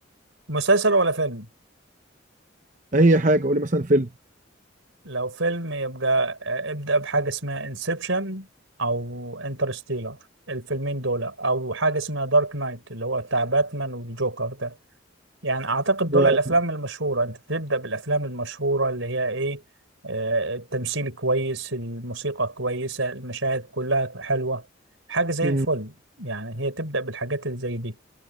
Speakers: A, on the right; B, on the right.
A: مسلسل ولا فيلم
B: اي حاجه قول لي مثلا فيلم
A: لو فيلم يبقى آه، ابدأ بحاجة اسمها انسبشن أو انترستيلر الفيلمين دول أو حاجة اسمها دارك نايت اللي هو بتاع باتمان والجوكر ده يعني اعتقد دول
B: آه.
A: الافلام المشهوره انت تبدا بالافلام المشهوره اللي هي ايه آه، التمثيل كويس الموسيقى كويسه المشاهد كلها حلوه حاجه زي
B: مم.
A: الفل يعني هي تبدا بالحاجات اللي زي دي